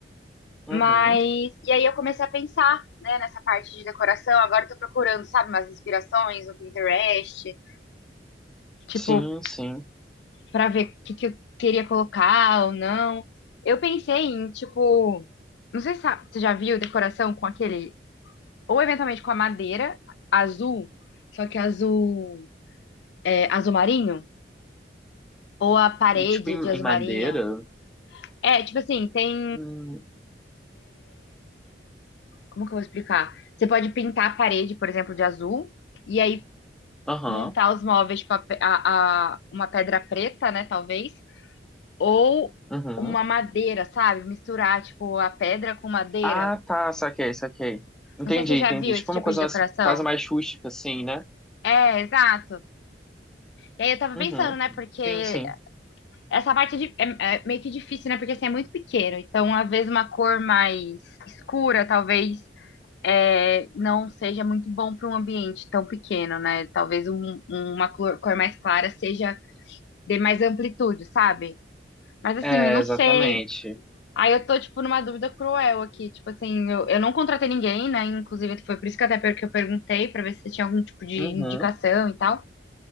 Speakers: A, in the centre; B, on the left.
A: Uhum,
B: Mas, e aí eu comecei a pensar, né, nessa parte de decoração. Agora eu tô procurando, sabe, umas inspirações no Pinterest, tipo,
A: sim, sim.
B: pra ver o que que eu queria colocar ou não. Eu pensei em, tipo, não sei se sa- você já viu decoração com aquele, ou eventualmente com a madeira azul, só que azul, é, azul marinho, ou a parede
A: Tipo em,
B: de azul
A: em madeira?
B: marinho. É, tipo assim, tem,
A: Hum,
B: como que eu vou explicar? Você pode pintar a parede, por exemplo, de azul, e aí
A: Aham,
B: montar os móveis, tipo, a a- a- uma pedra preta, né, talvez, ou
A: uhum,
B: uma madeira, sabe? Misturar, tipo, a pedra com madeira.
A: Ah, tá, saquei, saquei. Entendi,
B: Não sei se você já
A: entendi.
B: viu
A: Tipo
B: esse tipo
A: uma coisa
B: de decoração.
A: assim, quase mais rústica assim, né?
B: É, exato. E aí eu tava
A: Uhum,
B: pensando, né, porque
A: sim, sim.
B: essa parte é, di- é- é meio que difícil, né, porque assim, é muito pequeno. Então, às vezes, uma cor mais escura, talvez, é, não seja muito bom para um ambiente tão pequeno, né? Talvez um- um, uma cor, cor mais clara seja, dê mais amplitude, sabe? Mas assim,
A: É,
B: não
A: exatamente.
B: sei. Aí eu tô, tipo, numa dúvida cruel aqui. Tipo assim, eu, eu não contratei ninguém, né? Inclusive, foi por isso que até per- que eu perguntei pra ver se tinha algum tipo de
A: Uhum,
B: indicação e tal.